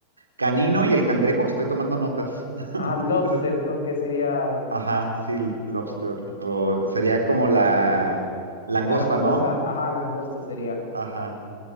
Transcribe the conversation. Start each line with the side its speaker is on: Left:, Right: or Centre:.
Right: Canino y el cangrejo, estoy tomando notas. <laughs>
Left: Ajá, Lobster creo que sería
Right: Ajá, sí, lobster. O sería como la langosta,
Left: la langosta.
Right: ¿no?
Left: Ajá, langosta sería.
Right: Ajá.